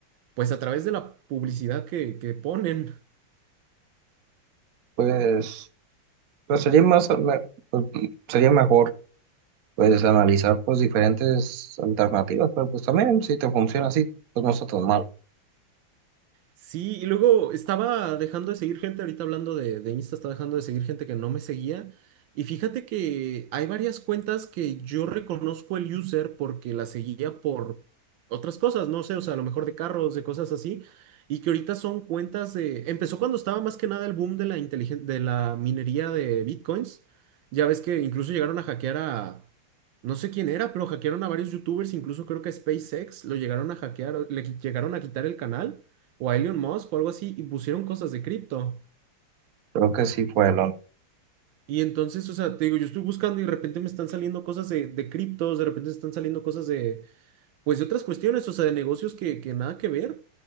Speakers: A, on the right; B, on the right.
A: pues a través de la publicidad que, que ponen.
B: Pues, pues sería más, me- pues, sería mejor pues analizar pues diferentes alternativas, pero pues también si te funciona así, pues no está tan mal.
A: Sí, y luego estaba dejando de seguir gente, ahorita hablando de, de Insta, estaba dejando de seguir gente que no me seguía. Y fíjate que hay varias cuentas que yo reconozco el user porque la seguía por otras cosas, no sé, o sea, a lo mejor de carros, de cosas así, y que ahorita son cuentas de... Empezó cuando estaba más que nada el boom de la inteligen- de la minería de bitcoins. Ya ves que incluso llegaron a hackear a... No sé quién era, pero hackearon a varios youtubers, incluso creo que a SpaceX lo llegaron a hackear, le qui- llegaron a quitar el canal o a Elon Musk o algo así y pusieron cosas de cripto.
B: Creo que sí fue
A: Y entonces, o sea, te digo, yo estoy buscando y de repente me están saliendo cosas de, de criptos, de repente me están saliendo cosas de, pues de otras cuestiones, o sea, de negocios que, que nada que ver.